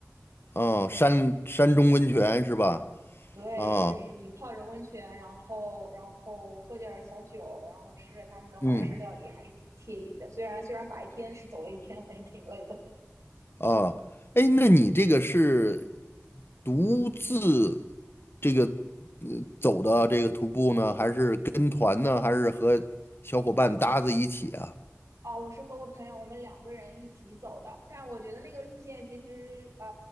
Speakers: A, on the left (about 45°); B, on the right (about 85°).
A: 哦，山山中温泉是吧？
B: 对，
A: 啊，
B: 就是你泡着温泉，然后然后喝点儿小酒，然后吃着他们的华式料理，
A: 嗯
B: 还是挺惬意的。虽然虽然白天是走了一天，还是挺累的。
A: 啊，哎，那你这个是独自这个呃走的这个徒步呢，还是跟团呢，还是和小伙伴搭子一起啊？
B: 哦，我是和我朋友，我们两个人一起走的。但我觉得那个路线其实呃，